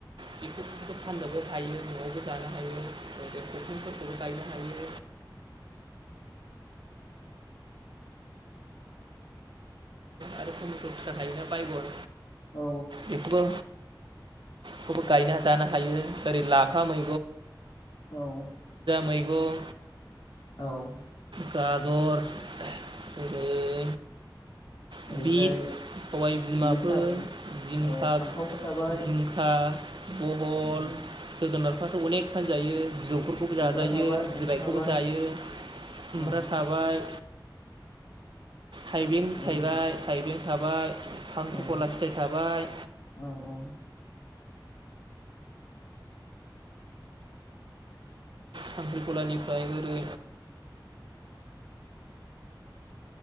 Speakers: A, on the right (about 75°); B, on the left (about 70°).
A: बेफोरफोरखौफोरखौबो फानजोबबो हायो न'आवबो जानो हायो मैगंफोरखौबो गायनो हायो आरो <inaudible> थफिथा थायोना बायगन
B: औ
A: बेखौबो खौ गायना जानो हायो ओरै लाफा मै
B: औ
A: मैगं
B: औ
A: गाजर <unintelligible> बिट
B: ओरैजाय
A: सबाय बिमाफोर
B: बि थाबाय
A: जिंखाफि
B: औ फान्थावफोर थाबाय
A: जिंखा बहल
B: औ
A: जोगोनारफ्राथ' अनेक फानजायो बिजौफोरखौबो
B: खुमब्रा
A: जाजायो
B: थाबाय फान्थाव
A: बिलाइखौबो
B: थाबाय
A: जायो। खुमब्रा
B: औ
A: थाबाय थाइबें
B: ओरैनो
A: थाइबाय थाइबें खाबाय खांख्रिख'ला
B: औ
A: फिथाय थायबाय
B: औ औ
A: खांख्रिख'लानिफ्राय ओरै